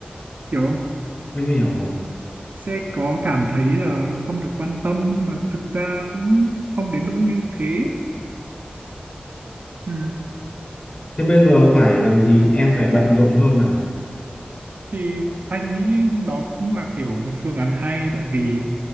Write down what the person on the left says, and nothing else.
em hiểu
thế bây giờ phải làm gì em phải bận rộn hơn à